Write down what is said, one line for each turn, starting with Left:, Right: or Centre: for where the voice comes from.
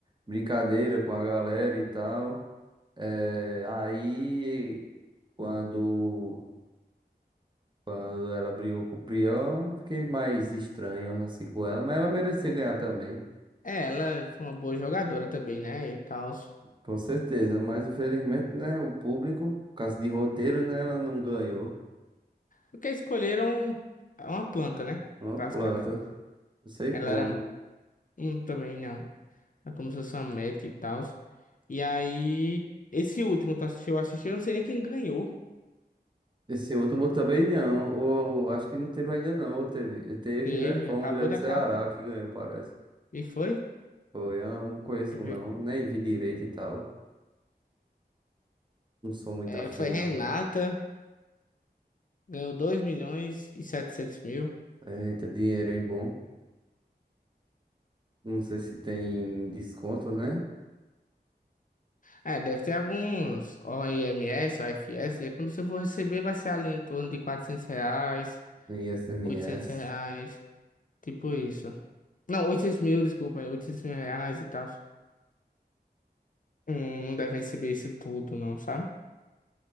Right: brincadeiras com a galera e tal. É, aí, quando, quando ela brigou com o Prião, fiquei mais estranho assim com ela, mas ela merecia ganhar também,
Left: É, ela foi uma boa jogadora também, né? E tal.
Right: com certeza. Mas infelizmente, né, o público, por causa de roteiro, né, ela não ganhou.
Left: Porque escolheram uma planta, né?
Right: Uma
Left: Basicamente.
Right: planta, não sei
Left: Ela
Right: como.
Left: era um também, não. Ela começou a ser uma médica e tal. E aí, esse último, tu assistiu? Eu assisti, eu não sei nem quem ganhou.
Right: Esse outro também não, ou, ou acho que não teve ainda não, ou teve, teve,
Left: Teve,
Right: né, foi
Left: acabou
Right: uma mulher
Left: de
Right: do Ceará
Left: acabar.
Right: que ganhou, parece.
Left: E foi?
Right: Foi, eu não conheço
Left: Deixa eu ver
Right: não,
Left: aqui.
Right: nem vi direito e tal. Não sou muito
Left: É,
Right: afim,
Left: foi
Right: não.
Left: Renata. Ganhou dois milhões e setecentos mil.
Right: Eita, dinheiro, hein, bom. Não sei se tem desconto, né?
Left: É, deve ter alguns OIMS, OFS. E quando você for receber, vai ser ali em torno de 400 reais,
Right: No I S M
Left: 800
Right: S
Left: reais. Tipo isso. Não, 800 mil, desculpa. aí, 800 mil reais e tal. Hum, não deve receber isso tudo, não, sabe?